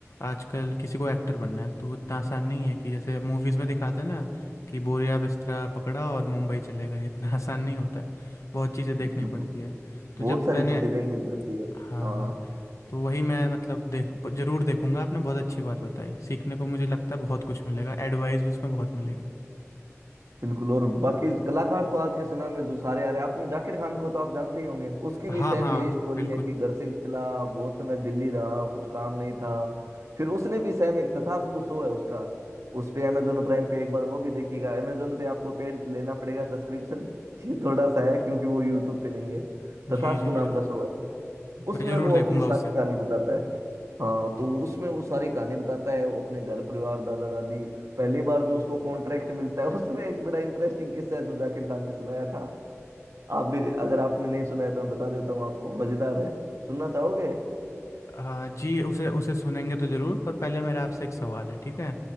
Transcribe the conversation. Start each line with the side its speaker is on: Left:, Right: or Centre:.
Left: आजकल किसी को एक्टर बनना है तो इतना आसान नहीं है कि जैसे मूवीज़ में दिखाते हैं ना कि बोरिया बिस्तरा पकड़ा और मुंबई चले गए इतना आसान नहीं होता है बहुत चीज़ें देखनी
Right: बिल्कुल
Left: पड़ती है तो
Right: बहुत
Left: जब
Right: सारी
Left: मैंने
Right: चीजें देखनी पड़ती है
Left: हाँ
Right: हाँ
Left: हाँ तो वही मैं मतलब देख जरूर देखूंगा आपने बहुत अच्छी बात बताई सीखने को मुझे लगता है बहुत कुछ मिलेगा एडवाइस भी उसमें बहुत मिलेगी
Right: बिल्कुल और बाकी कलाकार तो आज के समय में जो सारे आ रहे हैं आपने जाकिर खान को तो आप जानते ही होंगे उसकी
Left: हाँ
Right: भी सेम
Left: हाँ
Right: यही स्टोरी
Left: बिल्कुल
Right: है कि घर से निकला बहुत समय दिल्ली रहा कुछ काम नहीं था फिर उसने भी सेम एक तथास्तु शो है उसका उस पे अमेजोन प्राइम पे एक बार वो भी देखिएगा अमेजोन पे आपको पेड लेना पड़ेगा सब्सक्रिप्शन ये थोड़ा सा है क्योंकि वो यूट्यूब पे नहीं है तथास्तु
Left: जी जी
Right: नाम
Left: जरूर
Right: का शो है उसमें
Left: मैं जरूर
Right: वो
Left: देखूंगा
Right: अपनी सारी
Left: उसे
Right: कहानी बताता है हाँ तो उसमें वो सारी कहानी बताता है वो अपने घर परिवार दादा दादी पहली बार जो उसको कॉन्ट्रैक्ट मिलता है <laughs> उसमें एक बड़ा इंटरेस्टिंग किस्सा है जो जाकिर खान ने सुनाया था आप भी अगर आपने नहीं सुनाया तो मैं बता देता हूँ आपको मजेदार है सुनना चाहोगे
Left: हाँ जी उसे उसे सुनेंगे तो जरूर पर पहले मेरा आपसे एक सवाल है ठीक है